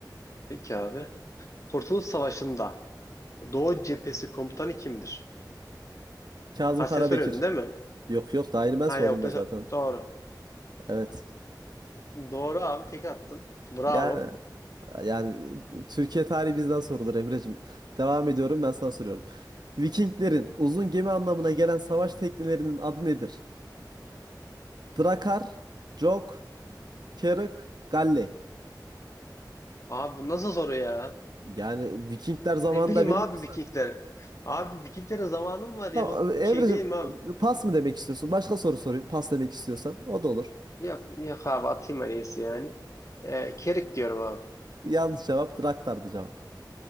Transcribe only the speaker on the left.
peki abi. Kurtuluş Savaşı'nda Doğu Cephesi komutanı kimdir?
Ha
sen soruyordun değil mi?
Ha
ya o pes-
doğru.
Doğru abi tek attın. Bravo.
Abi bu nasıl soru ya?
Ne bileyim
abi Vikingler. Abi Vikinglere zamanım var ya.
O
şey değil mi abi?
Yok, yok abi atayım en iyisi yani. Ee, Kerik diyorum abi.